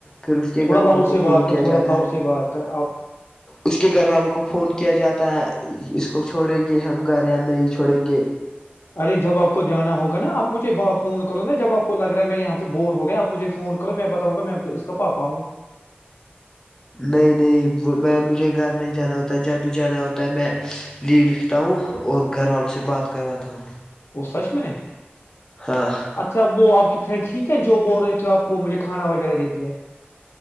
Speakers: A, on the left; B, on the left.
A: پھر اس کے
B: تھوڑا
A: گھر
B: لاؤڈ
A: والوں کو
B: سے
A: فون
B: بات کر
A: کیا
B: تھوڑا
A: جاتا
B: لاؤڈ
A: ہے
B: سے بات کر آپ
A: اس کے گھر والوں کو فون کیا جاتا پتاہ ہے اس کو چھوڑیں گے ہم گھر یا نہیں چھوڑیں گ
B: ارے جب آپ کو جانا ہوگا نا آپ مجھے ب فون کرو نا جب آپ کو لگ رہا ہے میں یہاں پہ بور ہو گیا آپ مجھے فون کرو میں بتاؤں گا میں کو اس کا پاپا ہوں
A: نہیں نہیں وہ میں مجھے گھر نہیں جانا ہوتا ہے جب بھی جانا ہوتا ہے میں لیو لکھتا ہوں اور گھر والوں سے بات کرواتا ہوں
B: وہ سچ میں
A: ہاں
B: اچھا وہ آپ کی ٹھیک ہے جو بول رہے تھے آپ وہ مجھے کھانا وغیرہ دیتی ہے